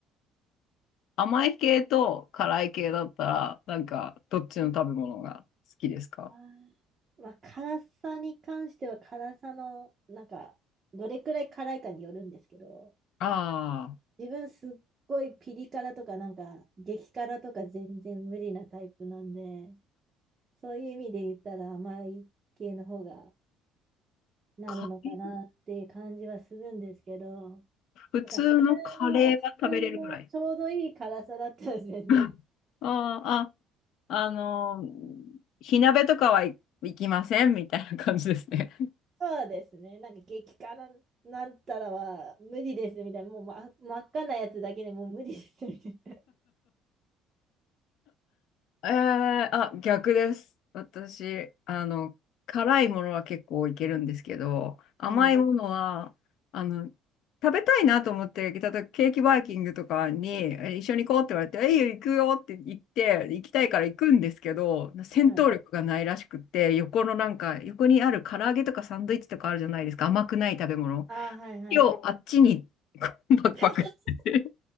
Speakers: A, on the left; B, on the right.
A: 甘い系と辛い系だったら、なんか、どっちの食べ物が好きですか
B: あーまあ、辛さに関しては辛さの、なんか、どれくらい辛いかによるんですけど、
A: ああー、
B: 自分すっごいピリ辛とか、なんか、激辛とか全然無理なタイプなんで、そういう意味で言ったら甘い系の方がなるのかなっていう感じはするんですけど、
A: カレー普通のカレーは食べれるぐらい。
B: なんか普通の、普通のちょうどいい辛さだったら全然
A: <laughs> あーあ、あのー火鍋とかはい行きませんみたいな感じですね。
B: そうですね。なんか激辛なんたらは無理ですみたいな。もう、ま、真っ赤なやつだけでもう無理ですみたい
A: えー、あ、逆です。私、あの、辛いものは結構いけるんですけど、甘いものは、
B: な。<laughs> はい。
A: あの、食べたいなと思って、例えばケーキバイキングとかに、え一緒に行こうって言われて、えいいよ、行くよって言って、行きたいから行くんですけど、戦闘力がないらしくって、
B: はい。
A: 横のなんか、横にある唐揚げとかサンドイッチとかあるじゃないですか、甘くない食べ物。
B: ああ、はいはい。
A: 今日、あっちに、こうバクバクって
B: <laughs>